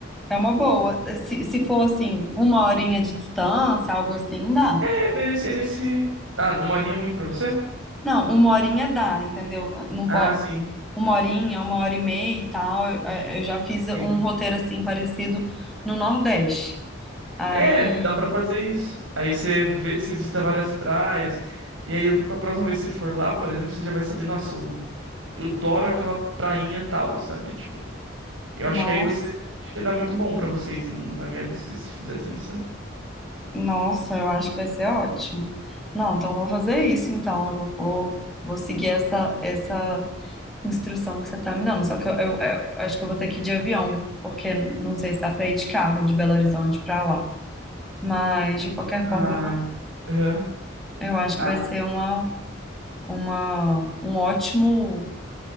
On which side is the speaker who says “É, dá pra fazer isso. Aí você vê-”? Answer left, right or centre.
Right